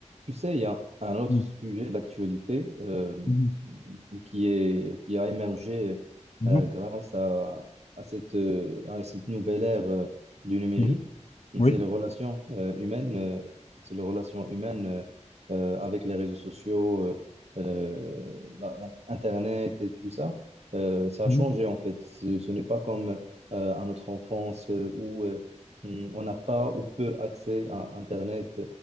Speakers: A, on the right; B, on the left.
A: Tu sais, il y a un autre
B: Mhm,
A: sujet d'actualité euh,
B: mhm,
A: qui est, qui a émergé
B: mhm,
A: euh, grâce à, à cette, euh, à cette nouvelle ère euh, du numérique.
B: mhm. Oui.
A: C'est les relations euh, humaines, euh, c'est les relations humaines euh, euh, avec les réseaux sociaux, euh, euh, la- l'in- Internet et tout ça. Euh, ça a
B: mhm,
A: changé en fait. Ce, ce n'est pas comme euh, à notre enfance euh, où euh, on n'a pas ou peu accès à Internet